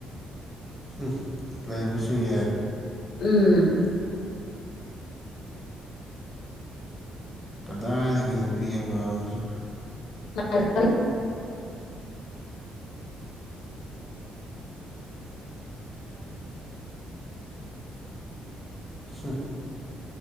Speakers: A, in the centre; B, on the left.
A: ꯍꯨ ꯂꯩꯕꯁꯨ ꯌꯥꯏ
B: ꯎꯝ
A: ꯀꯗꯥꯏꯗꯒꯤ ꯅꯨꯄꯤ ꯑꯉꯥꯡꯁꯦ
B: ꯑ <unintelligible>
A: ꯍ